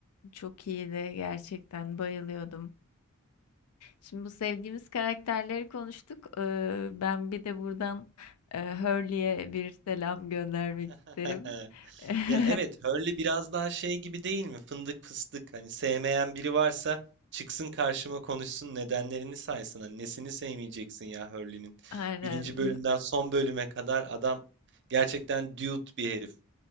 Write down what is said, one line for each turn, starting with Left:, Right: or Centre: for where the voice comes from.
Left: çok iyiydi gerçekten bayılıyordum. Şimdi bu sevdiğimiz karakterleri konuştuk. Ee, ben bir de buradan e, Hurley'e bir selam göndermek
Right: <laughs>
Left: isterim. <laughs>
Right: Ya evet, Hurley biraz daha şey gibi değil mi? Fındık fıstık. Hani sevmeyen biri varsa çıksın karşıma konuşsun nedenlerini saysın. Hani nesini sevmeyeceksin ya Hurley'nin.
Left: Aynen.
Right: Birinci bölümden son bölüme kadar adam gerçekten dude bir herif.